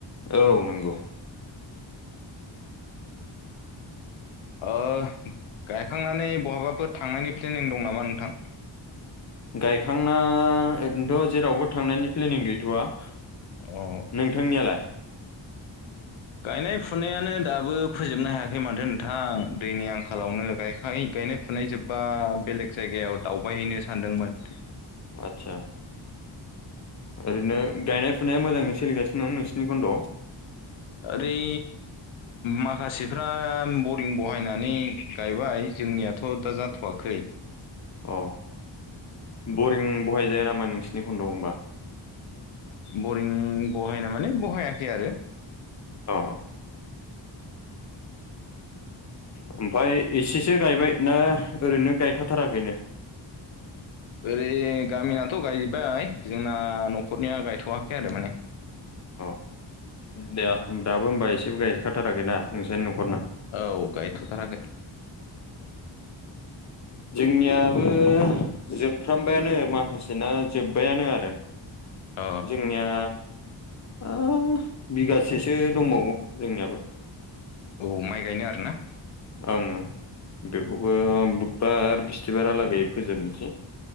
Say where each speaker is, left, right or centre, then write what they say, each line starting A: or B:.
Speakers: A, on the left; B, on the left.
A: औ नंगौ।
B: ओ गायखांनानै बहाबाफोर थांनायनि फ्लेनिं दं नामा नोंथां?
A: गायखांना ओरैनोथ' जेरावबो थांनायनि फ्लेनिं गैथ'वा।
B: औ
A: नोंथांनियालाय?
B: गायनाय-फुनायानो दाबो फोजोबनो हायाखै माथो नोंथां दैनि आंखालावनो गायखाङि गायनाय - फुनाय जोब्बा बेलेग जायगायाव दावबायहैनो सानदोंमोन।
A: आतसा ओरैनो गायनाय-फुनाया मोजाङै सोलिगासिनो दं नोंसिनि खन्द'आव?
B: ओरै माखासेफ्रा बरिं बहायनानै गायबाय जोंनियाथ' दा जाथ'वाखै।
A: अ बरिं बहायजाया नामा नोंसोरनि खन्द' आव होमबा?
B: बरिं बहायना माने बहायाखै आरो
A: अ ओमफाय एसेसो गायबाय ना ओरैनो गायखाथाराखैनो?
B: ओरै गामिनाथ' गायबाय जोंना न'खरनिया गायथ'वाखै आरो माने।
A: अ दे दाबो होमबा एसेबो गायहैखाथाराखैनाा नोंसोरनि न'खरना?
B: औ गायथ' थाराखै।
A: जोंनियाबो जोबफ्रामबायानो माखासेना जोब्बायानो आरो।
B: अ
A: जोंनिया ओ बिगासेसो दंबावो जोंनियाबो।
B: औ माइ गायनो आरो ना?
A: ओं ओं बेखौबो बुधबार बिस्थिबारालागै फोजोबनोसै।